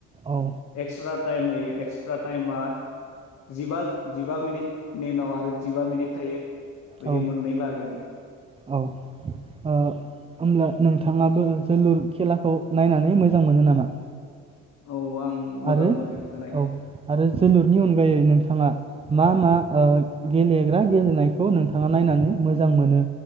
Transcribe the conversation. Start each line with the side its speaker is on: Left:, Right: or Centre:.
Right: औ
Left: एक्स्रा टाइम होयो एक्सट्रा टाइमा जिबा जिबा मिनिटनि उनाव आरो जिबा मिनिट थायो। बिदि
Right: औ
Left: मोननै बाहागोनि।
Right: औ ओ होमब्ला नोंथाङाबो जोलुर खेलाखौ नायनानै मोजां मोनो नामा?
Left: औ आं मोजां
Right: आरो
Left: मोनो इखो नायना।
Right: औ आरो जोलुरनि अनगायै नोंथाङा मा मा ओ गेलेग्रा गेलेनायखौ नोंथाङा नायनानै मोजां मोनो